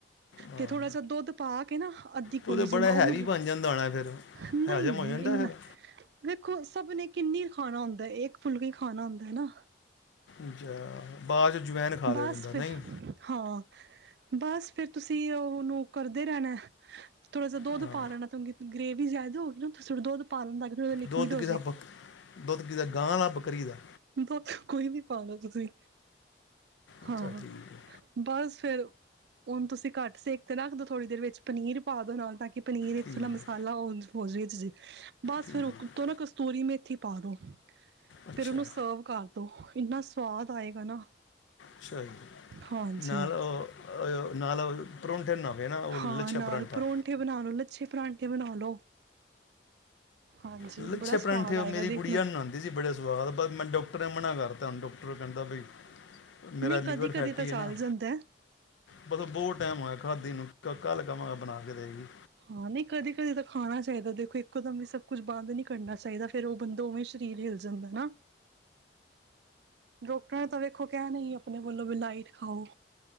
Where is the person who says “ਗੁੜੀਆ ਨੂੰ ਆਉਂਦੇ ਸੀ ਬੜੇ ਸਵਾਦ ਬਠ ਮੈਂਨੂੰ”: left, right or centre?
Left